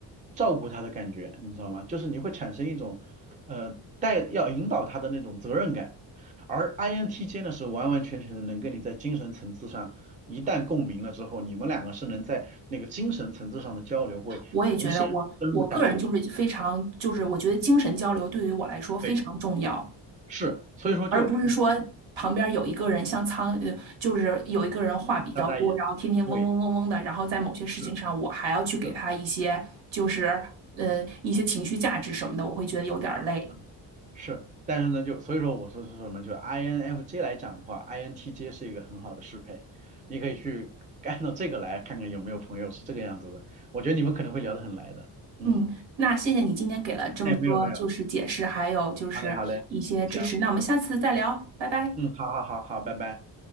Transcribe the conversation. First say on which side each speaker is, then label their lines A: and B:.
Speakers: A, on the right; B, on the right.
A: 照顾它的感觉，你知道吗？就是你会产生一种呃带要引导它的那种责任感。而 INTJ 呢是完完全全的能跟你在精神层次上一旦共鸣了之后，你们两个是能在那个精神层次上的交流会无限深入下去。
B: 我也觉得我我个人就是非常就是我觉得精神交流对于我来说非常重要，
A: 对。是，所以说就你
B: 而不是说旁边有一个人像苍呃就是有一个人话比较多，
A: 大大眼，
B: 然后天天嗡嗡嗡嗡的，
A: 对，
B: 然后在某些事情上我还要去给他一些就是呃一些情绪价值什么的，
A: 是是，
B: 我会觉得有点儿累。
A: 嗯嗯是，但是呢，就所以说我说是什么，就 INFJ 来讲的话，INTJ 是一个很好的适配，你可以去按照这个来看看有没有朋友是这个样子的，我觉得你们可能会聊得很来的，嗯，
B: 嗯，那谢谢你今天给了这么多就是解释，
A: 那没有没有，
B: 还有就是一些支持，
A: 好嘞好嘞，行，
B: 那我们下次再聊，拜拜。
A: 嗯，好好好好，拜拜。